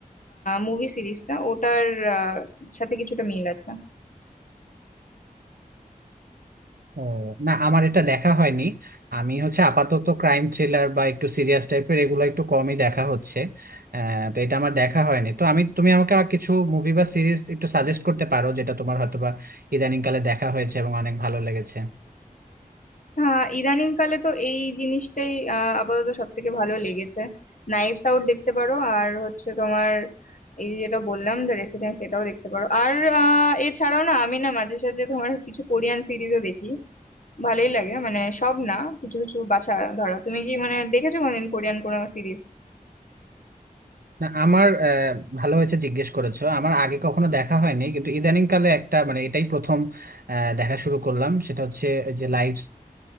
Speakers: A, on the left; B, on the right.
A: মুভি সিরিজটা ওটার আহ, সাথে কিছুটা মিল আছে
B: ও না আমার এটা দেখা হয়নি আমি হচ্ছে আপাতত ক্রাইম থ্রিলার বা একটু সিরিয়াস টাইপের এগুলো একটু কমই দেখা হচ্ছে আহ তো এটা আমার দেখা হয়নি তো আমি তুমি আমাকে আর কিছু মুভি বা সিরিজ একটু সাজেস্ট করতে পারো যেটা তোমার হয়তোবা ইদানিংকালে দেখা হয়েছে এবং অনেক ভালো লেগেছে
A: হ্যাঁ ইদানিং কালে তো এই জিনিসটাই আহ, আপাতত সব থেকে ভালো লেগেছে নাইভস আউট দেখতে পারো আর হচ্ছে তোমার এই যে যেটা বললাম দ্য রেসিডেন্স এটাও দেখতে পারো আর আহ, এছাড়াও না আমি না মাঝে সাঝে তোমার কিছু কোরিয়ান সিরিজও দেখি ভালোই লাগে মানে সব না কিছু কিছু বাছা ধরা তুমি কি মানে দেখেছো কোনোদিন কোরিয়ান কোনো সিরিজ
B: না আমার আহ, ভালো হয়েছে জিজ্ঞেস করেছো আমার আগে কখনো দেখা হয়নি কিন্তু ইদানিং কালে একটা মানে এটাই প্রথম আহ, দেখা শুরু করলাম সেটা হচ্ছে ওই যে Life